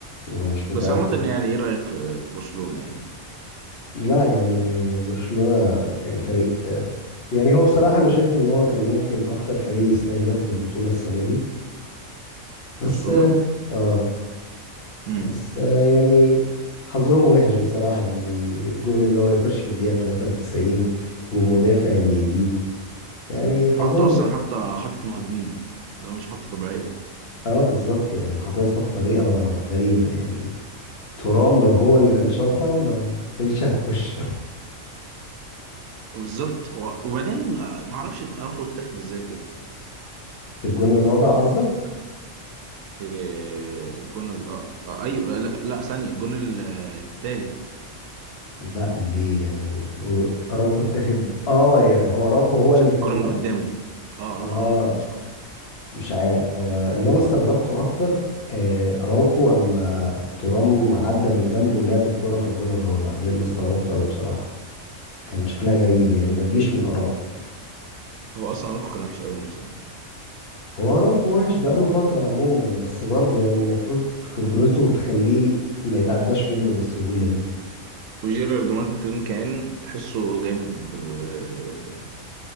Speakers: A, on the left; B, on the right.
A: انا مش متأكد
B: بس عامه يعني ايه رايك في في برشلونه يعني
A: لا يعني برشلونة يعني فريق آه، يعني هو بصراحة أنا شايف إن هو كان ممكن أكتر فريق يستاهل ياخد البطولة السنة دي بس
B: برشلونه
A: آه آه،
B: امم
A: بس آه يعني حظهم وحش بصراحة يعني الجون إن هو يخش في الدقيقة 93 ومدافع اللي يجيبه يعني حظهم
B: حطوا اصلا
A: وحش
B: حتى حطت مهاجمين ده مش حتى طبيعيه
A: اه بالظبط يعني حاططها بطريقة غريبة يعني ترام لو هو اللي كان شاطها ما كانتش هتخش <laughs>
B: بالظبط هو- وبعدين ما اعرفش ارخو اتاخد ازاي كده
A: في الجون الرابع قصدك
B: إيه، الجون ال آه، آه، ايوه لا, لا ثانيه الجون ال- آه، التالت
A: لا ليه يعني هو اراوخو اتاخد اه يعني هو اراوخو هو
B: اتشاط
A: اللي كان
B: الكره من
A: ماسكه
B: قدامه اه
A: اه
B: ارخو هو اللي كان ماسكه
A: مش عارف هو اللي انا استغربته اكتر آه اراوخو اما ترام عدى من جنبه ولعب الكرة في الجون الرابع ده اللي استغربته قوي بصراحة كان شكلها غريب يعني ما تجيش من اراوخو
B: هو اصلا ارخو كان وحش قوي الماتش ده
A: هو اراوخو وحش بقاله فترة عموما بس برضه يعني المفروض خبرته تخليه ما يتعداش منه بالسهولة دي
B: وجيرارد مارتن كان تحسه جايب آه،